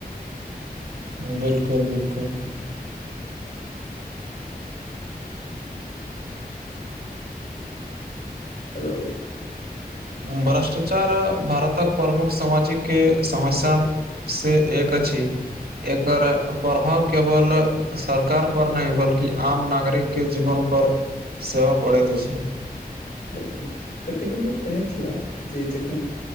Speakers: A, on the right; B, on the left.
A: 'बिल्कुल' 'बिल्कुल'!
B: हेलो!
A: भ्रष्टाचार भारतक प्रमुख सामाजिके समस्या से एक अछि, एकर प्रभाव केवल सरकार पर नहि बल्कि आम नागरिक के जीवन पर सेहो पड़ैत अछि।
B: 'बिल्कुल'! कतेको लोक कहैत छलाह, जे जखन